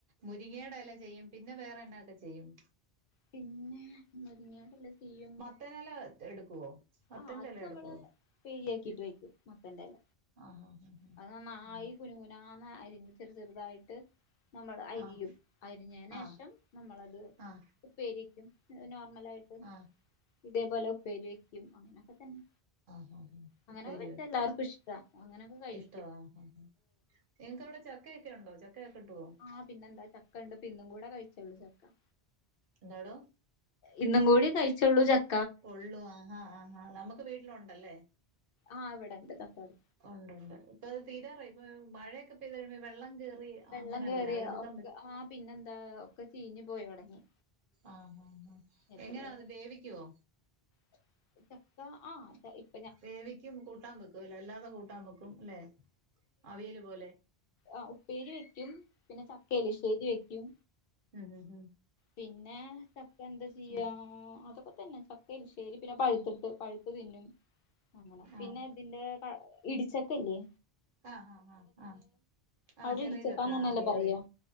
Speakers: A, on the right (about 55°); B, on the left (about 65°).
A: മുരിങ്ങേടെ എല ചെയ്യും പിന്നെ വേറെ എന്നാക്കെ ചെയ്യും?
B: പിന്നെ മുരിങ്ങേടെല ചെയ്യും
A: ത്തനെല എടുക്കുവോ? മത്തന്റെ
B: ആഹ് അത്
A: ഇല
B: നമ്മള്
A: എടുക്കുവോ
B: ഉപ്പേരി ആക്കീട്ട് വെക്കും മത്തന്റെല
A: ആഹ് ആഹ് ആഹ്
B: അത് നന്നായി
A: ആഹ്
B: കുനു കുനാന്ന് അരിഞ്ഞ് ചെറ് ചെറുതായിട്ട് നമ്മള് അരിയും
A: ആഹ്
B: അരിഞ്ഞേന്
A: ആഹ്
B: ശേഷം നമ്മളത്
A: ആഹ്
B: ഉപ്പേരി വെക്കും നോർമലായിട്ട്
A: ആഹ്
B: ഇതേപോലെ ഉപ്പേരി വെക്കും അങ്ങനെയൊക്കെ തന്നെ
A: ആഹ് ആഹ്
B: അങ്ങനൊക്കെ
A: ഉപ്പേരി
B: വെച്ചാ എല്ലാർക്കും ഇഷ്ട്ടാ അങ്ങനൊക്കെ കഴി
A: ട്ടവാ ആഹ് ആഹ് നിങ്ങക്കവിടെ ചക്കയൊക്കെ ഇണ്ടോ ചക്കയൊക്കെ കിട്ടുവോ?
B: ആഹ് പിന്നെന്താ ചക്ക ഇണ്ട് ഇപ്പ ഇന്നും കൂടെ കഴിച്ചേ ഉള്ളൂ ചക്ക
A: എന്താടോ?
B: ഇന്നും കൂടി കഴിച്ചോള്ളൂ ചക്
A: ഒള്ളൂ ആഹാ ആഹാ നമ്മക്ക് വീട്ടിലൊണ്ടല്ലേ?
B: ആഹ് ഇവിടെണ്ട് തക്കാട്
A: ഒണ്ട് ഒണ്ട് ഇപ്പ അത് തീരാറായി ഇപ്പ മഴയൊക്കെ പെയ്ത് കഴിയുമ്പോ വെള്ളം കേറി
B: വെള്ളം
A: അങ്ങനല്ലേ
B: കേറിയാ
A: അത് എടുക്കാൻ
B: ഒക്കെ
A: പറ്റ
B: ആഹ് പിന്നെന്താ ഒക്കെ ചീഞ്ഞു പോയൊടങ്ങും
A: ആഹ് ആഹ് ആഹ്
B: എത്രയോ
A: എങ്ങനാ അത് വേവിക്കുവോ
B: <unintelligible> ചക്ക ആഹ് <unintelligible>
A: വേവിക്കും കൂട്ടാൻ വെക്കു അല്ലേ അല്ലാതെ കൂട്ടാൻ വെക്കും അല്ലെ അവിയല് പോലെ
B: ആഹ് ഉപ്പേരി വെക്കും പിന്നെ ചക്ക എലിശ്ശേരി വെക്കും
A: ആഹ് ആഹ്
B: പിന്നെ ചക്ക എന്താ ചെയ്യാ
A: ആഹ്
B: അതൊക്കെ തന്നെ ചക് എലിശേരി പിന്നെ പഴുത്തിട്ട് പഴുത്ത് തിന്നും അങ്ങന പിന്നെ
A: ആഹ്
B: ഇതിന്റെ ക ഇടിച്ചക്കയില്ലേ?
A: ആഹ് ആഹ് ആഹ് ആഹ്
B: അവിടെ
A: ചെറിയ
B: ഇടിച്ചക്കാന്നന്നല്ലേ
A: ചക്ക അറിയാം
B: പറയാ
A: അറിയാം